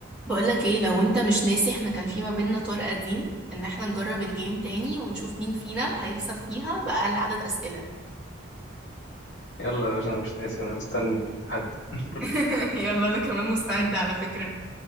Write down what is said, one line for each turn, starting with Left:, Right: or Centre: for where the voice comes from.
Centre: بقولك ايه لو انت مش ناسي احنا كان في ما بيننا طار قديم ان احنا نجرب الجيم تاني ونشوف مين فينا هيكسب فيها بأقل عدد أسئلة
Left: يلا يا باشا انا مش ناسي انا مستني الحد <laughs>
Centre: <laughs> يلا انا كمان مستعدة على فكرة